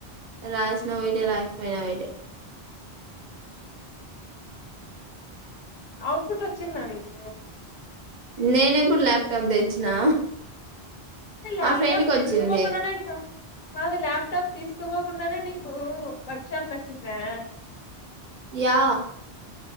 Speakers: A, on the right (about 50°); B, on the left (about 55°).
A: రాసిన పోయితయి రాయకపోయినా పొయితయి.
B: ఔట్పుట్ వచ్చిందా మీకు.
A: నేనెప్పుడు ల్యాప్టాప్ తెచ్చినా.
B: అంటే ల్యాప్టాప్
A: మా ఫ్రెండ్ కి
B: తీసుకపోకుండనే
A: వచ్చింది
B: ఇంత కాదు ల్యాప్టాప్ తీసుకపో కుండానే నీకు వర్క్ షాప్ నచ్చిందా.
A: యా